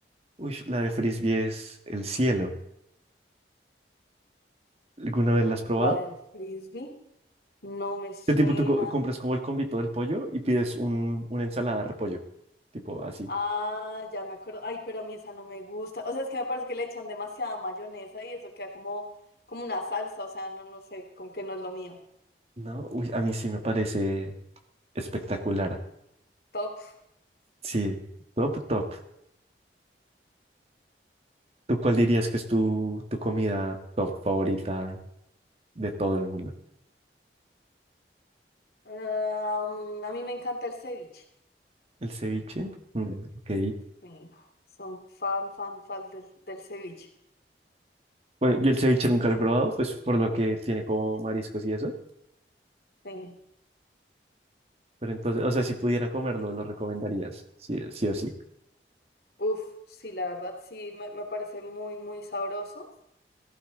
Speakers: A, on the right; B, on the left.
A: Ush, la de frisbee es el cielo. ¿Alguna vez la has probado?
B: La del frisbee no me suena.
A: ¿Qué tipo tú co- compras como el convito del pollo y pides un, una ensalada de repollo? Tipo así.
B: Ah, ya me acuerdo. Ay, pero a mí esa no me gusta. O sea, es que me parece que le echan demasiada mayonesa y eso queda como, como una salsa. O sea, no, no sé, como que no es lo mío.
A: No, uy, a mí sí me parece espectacular.
B: Top.
A: Sí, top, top. ¿Tú cuál dirías que es tu, tu comida top favorita de todo el mundo?
B: Am, a mí me encanta el ceviche.
A: ¿El ceviche? Mm, ok.
B: Sí, son fan, fan, fan del, del ceviche.
A: Bueno, yo el ceviche nunca lo he probado, pues por lo que tiene como mariscos y eso.
B: Sí.
A: Pero entonces, o sea, si pudiera comerlo, lo recomendarías. Sí, sí o sí.
B: Uf, sí, la verdad, sí, me, me parece muy, muy sabroso.